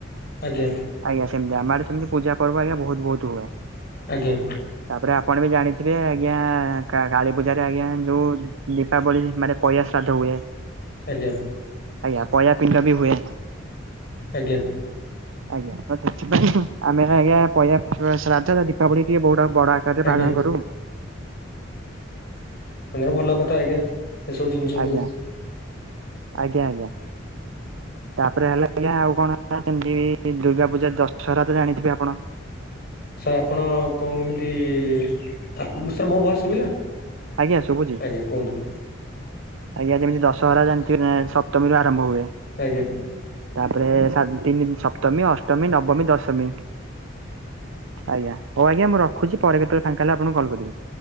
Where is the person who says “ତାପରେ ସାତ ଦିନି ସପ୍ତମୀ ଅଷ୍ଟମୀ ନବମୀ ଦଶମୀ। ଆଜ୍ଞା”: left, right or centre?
Right